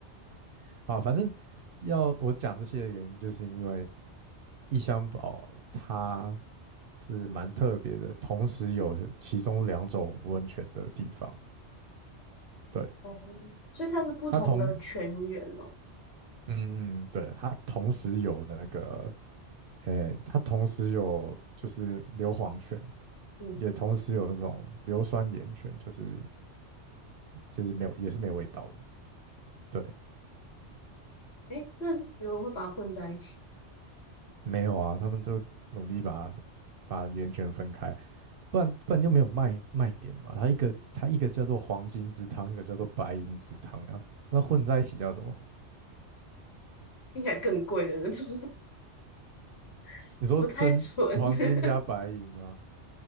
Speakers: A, on the right; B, on the left.
A: <laughs> 好，反正要我讲这些的原因，就是因为异乡堡它是蛮特别的，同时有其中两种温泉的地方，对，
B: <laughs> 哦，所以它是不同的泉源哦。
A: 它同嗯，嗯，嗯对，它同时有那个，诶，它同时有就是硫磺泉。
B: 嗯，
A: 也同时有那种硫酸盐泉，就是就是没有也是没有味道的。对，
B: 诶，那有人会把它混在一起，
A: 没有啊，他们就努力把它把盐泉分开，不然不然就没有卖卖点嘛。它一个它一个叫做黄金之汤，一个叫做白银之汤啊，那混在一起叫什么？
B: 听起来更贵的那种，<laughs>
A: 你说真黄金加白银吗？
B: 不太纯，<laughs> 什